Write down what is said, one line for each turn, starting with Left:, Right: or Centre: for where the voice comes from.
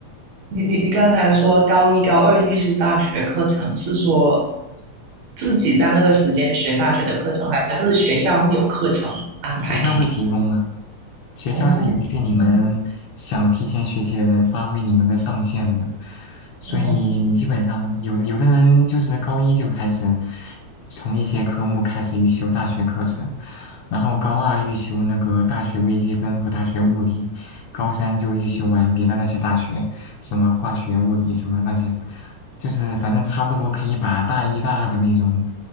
Right: 你你你刚才说高一高二预修大学课程是说自己在那个时间学大学的课程，还是学校会有课程安排给你？
Left: 学校会提供啊。学校是允许你们想提前学习的人发挥你们的上限的，
Right: 哦哦
Left: 所以你基本上有的有的人就是高一就开始
Right: 哦。
Left: 从一些科目开始预修大学课程，然后高二预修那个大学微积分和大学物理，高三就预修完别的那些大学，什么化学、物理什么那些，就是反正差不多可以把大一、大二的那种，